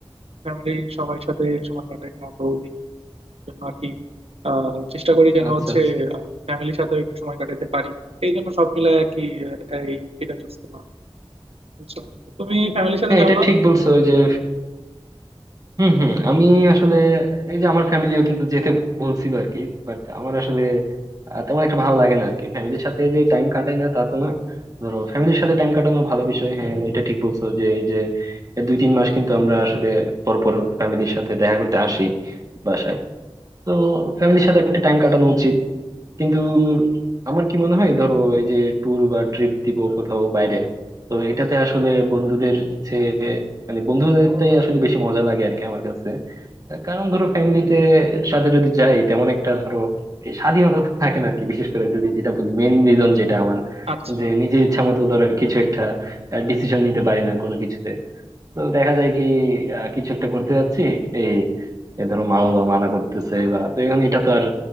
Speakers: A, on the right; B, on the right.
A: ফ্যামিলি সবাই সাথে সময় কাটাই না অত দিন জন্য আর কি আহ, চেষ্টা করি যেন
B: আচ্ছা
A: হচ্ছে
B: আচ্ছা
A: ফ্যামিলির সাথে একটু সময় কাটাতে পারি এই জন্য সব মিলে আর কি আহ, এই এটা চুজ করলাম বুঝছো তুমি ফ্যামিলির সাথে
B: হ্যাঁ
A: যাও
B: এটা
A: না
B: ঠিক বলছো ওই যে হুম হুম আমি আসলে এই যে আমার ফ্যামিলিও কিন্তু যেতে বলছিল আর কি বাট আমার আসলে আহ, তেমন একটা ভালো লাগে না আর কি ফ্যামিলির সাথে যে টাইম কাটাই না তা তো না ধরো ফ্যামিলির সাথে টাইম কাটানো ভালো বিষয় হ্যাঁ এটা ঠিক বলছো যে এই যে দুই তিন মাস কিন্তু আমরা আসলে পরপর ফ্যামিলির সাথে দেখা করতে আসি বাসায় তো ফ্যামিলির সাথে একটা টাইম কাটানো উচিত কিন্তু আমার কি মনে হয় ধরো এই যে ট্যুর বা ট্রিপ দিব কোথাও বাইরে তো এটাতে আসলে বন্ধুদের চেয়ে মানে বন্ধুদেরটাই আসলে বেশি মজা লাগে আর কি আমার কাছে আহ, কারণ ধরো ফ্যামিলিতে সাথে যদি যাই তেমন একটা ধরো এই স্বাধীনতা থাকে না আর কি বিশেষ করে যদি যেটা বলি মেইন রিজন যেটা আমার
A: আচ্ছা
B: যে নিজের ইচ্ছা মতো ধরো কিছু একটা ডিসিশন নিতে পারি না কোনো কিছুতে তো দেখা যায় কি আহ, কিছু একটা করতে যাচ্ছি এই এ ধরো মা বাবা মানা করতেছে বা তো এখন এটা তো আর